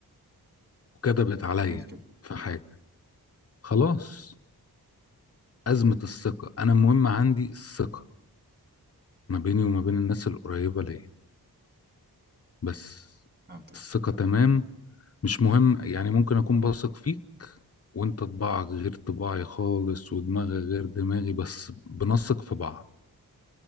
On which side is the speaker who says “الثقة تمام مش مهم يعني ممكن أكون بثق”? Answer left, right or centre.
Left